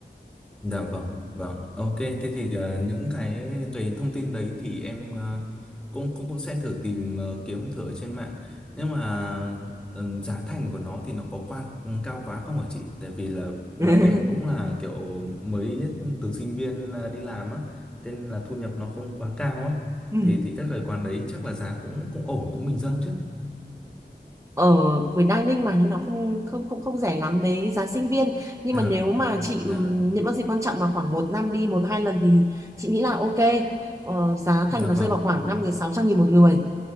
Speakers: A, in the centre; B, on the right.
A: Dạ vâng, vâng. Ok, thế thì ờ, những cái những cái thông tin đấy thì em ờ, cũng cũng cũng sẽ thử tìm ờ, kiếm thử ở trên mạng. Nhưng mà ừm, giá thành của nó thì nó có qua ừ, cao quá không hả chị? Tại vì là mà
B: <laughs>
A: em cũng là kiểu mới từ sinh viên ờ, đi làm á, thế nên là thu nhập nó không quá cao á.
B: Ừ.
A: Thì thì các cái quán đấy chắc là giá cũng cũng ổn, cũng bình dân chứ.
B: ở với dining mà nên nó không không không không rẻ lắm với giá sinh viên nhưng
A: À,
B: mà nếu mà chị
A: dạ,
B: ừm, những cái dịp quan trọng mà khoảng một năm đi một hai lần thì chị nghĩ là ok ờ, giá
A: dạ
B: thành nó
A: vâng,
B: rơi vào khoảng năm đến sáu trăm nghìn một người